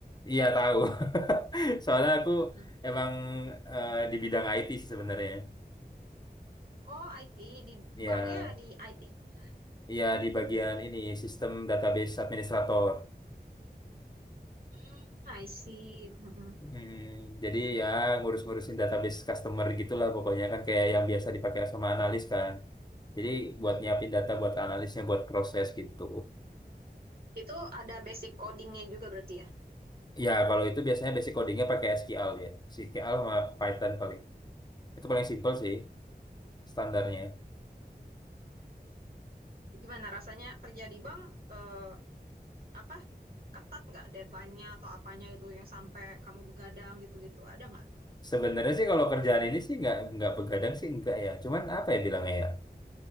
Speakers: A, on the left (about 25°); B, on the right (about 60°).
A: iya tahu. <laughs> Soalnya aku
B: <laughs>
A: emang eh, di bidang IT sih sebenarnya.
B: Oh IT di
A: Iya,
B: banknya di IT-nya.
A: iya di bagian ini sistem database administrator.
B: Hmm, I see. Mm-mm.
A: Mm, jadi ya ngurus-ngurusin database customer gitulah pokoknya kan kayak yang biasa dipakai sama analis kan. Jadi buat
B: Mm.
A: nyiapin data buat analisnya buat proses gitu.
B: Itu ada basic codingnya juga berarti ya.
A: Ya, kalau itu biasanya basic codingnya pakai SQL dia. SQL sama Python paling. Itu paling simple sih standarnya.
B: Gimana rasanya kerja di bank eh, apa ketat nggak deadline-nya atau apanya itu yang sampai kamu begadang gitu-gitu ada nggak?
A: Sebenarnya sih kalau kerjaan ini sih nggak nggak begadang sih enggak ya. Cuman apa ya bilangnya ya?